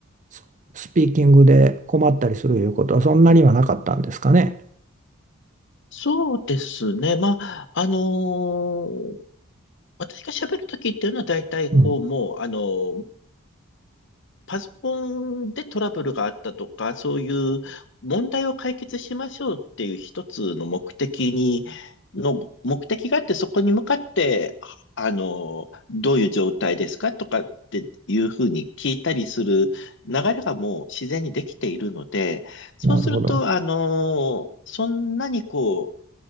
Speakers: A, on the right (about 35°); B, on the left (about 60°).
A: ススピーキングで困ったりするいうことはそんなにはなかったんですかね。
B: そうですね。まあ、あのー私が喋るときっていうのは大体こうもう、
A: うん、
B: あの、パソコンでトラブルがあったとか、そういう問題を解決しましょうっていう一つの目的に、の目的があって、そこに向かって、あの、どういう状態ですかとかっていうふうに聞いたりする流れがもう自然にできているので、そうすると、
A: なるほど。
B: あの、そんなにこう、